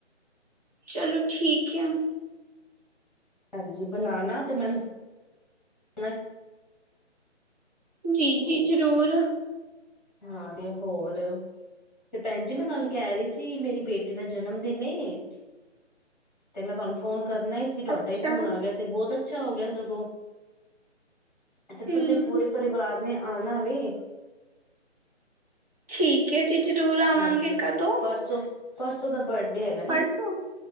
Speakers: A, on the right; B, in the centre.
A: ਚਲੋ ਠੀਕ ਹੈ।
B: ਹਾਂਜੀ ਬਣਾਣਾ ਤੇ ਮੈਨੂੰ ਦੱਸਣਾ,
A: ਜੀ -ਜੀ ਜ਼ਰੂਰ
B: ਹਾਂ ਤੇ ਹੋਰ ਤੇ ਭੈਣ ਜੀ ਮੈਂ ਤੁਹਾਨੂੰ ਕਹਿ ਰਹੀ ਸੀ ਮੇਰੀ ਬੇਟੀ ਦਾ ਜਨਮ ਦਿਨ ਏ। ਤੇ ਮੈਂ ਤੁਹਾਨੂੰ ਫੋਨ ਕਰਨਾ ਹੀ ਸੀ ਤੁਹਾਡਾ
A: ਅੱਛਾ
B: ਹੀ ਫੋਨ ਆ ਗਿਆ ਤੇ ਬਹੁਤ ਅੱਛਾ ਹੋ ਗਿਆ ਸਗੋਂ ਤੇ
A: ਹੂੰ
B: ਤੁਸੀਂ ਪੂਰੇ ਪਰਿਵਾਰ ਨੇ ਆਣਾ ਵੇ।
A: ਠੀਕ ਹੈ ਜੀ ਜ਼ਰੂਰ ਆਵਾਂਗੇ
B: ਹਾਂਜੀ
A: ਕਦੋਂ
B: ਪਰਸੋਂ ਪਰਸੋਂ ਦਾ ਬਰਡੇ ਹੈਗਾ ਨ
A: ਪਰਸੋਂ